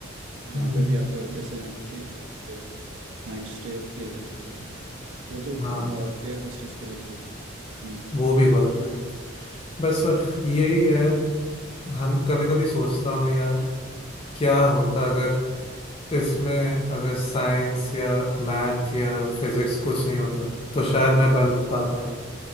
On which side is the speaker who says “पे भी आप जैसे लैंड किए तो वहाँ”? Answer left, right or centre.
Right